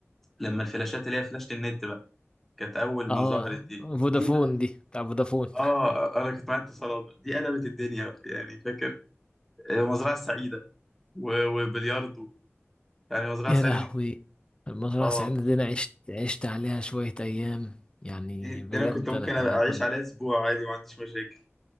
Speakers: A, in the centre; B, on the left (about 20°).
A: لما الفلاشات اللي هي فلاشة النت بقى كانت اول
B: اه
A: ما ظهرت دي
B: فودافون
A: دي بقى
B: دي بتاع فودافون <laughs>
A: اه انا كنت معايا اتصالات بقى. دي قلبت الدنيا بقى يعني فاكر المزرعة السعيدة و- وبلياردو يعني المزرعة
B: يا
A: السعيدة
B: لهوي
A: دي
B: المزرعة
A: اه
B: سعيدة دي انا عشت عشت عليها شوية ايام يعني
A: دي, دي
B: بجد
A: انا كنت ممكن
B: انا
A: أبقى
B: انا
A: اعيش
B: كنت
A: عليها اسبوع عادي ما عنديش مشاكل